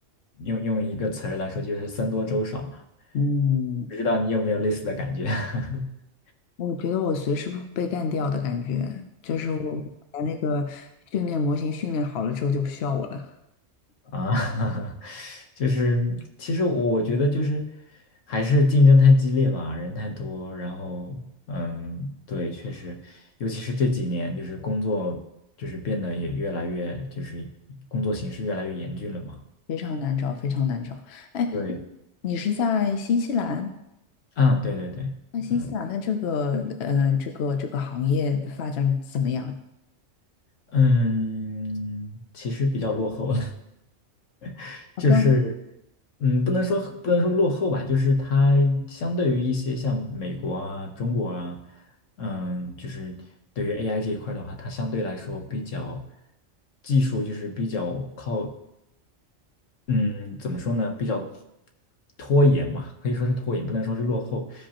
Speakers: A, on the left; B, on the left.
A: 用用一个词儿来说就是僧多粥少嘛，
B: 嗯，
A: 不知道你有没有类似的感觉 <laughs>
B: 我觉得我随时会被干掉的感觉，就是我把那个训练模型训练好了之后就不需要我了，
A: 啊？<laughs> 就是其实我我觉得就是还是竞争太激烈吧，人太多，然后嗯，对，确实，尤其是这几年就是工作就是变得也越来越就是工作形势越来越严峻了嘛。
B: 非常难找，非常难找。哎，
A: 对，
B: 你是在新西兰？
A: 啊，对对对，
B: 那新西兰的这个呃这个这个行业发展怎么样？
A: 嗯嗯，其实比较落后，<laughs>
B: 啊，
A: 就是
B: 这样
A: 嗯，不能说不能说落后吧，就是它相对于一些像美国啊、中国啊，嗯，就是对于 AI 这一块儿的话，它相对来说比较技术就是比较靠嗯，怎么说呢？比较拖延吧，可以说是拖延，不能说是落后。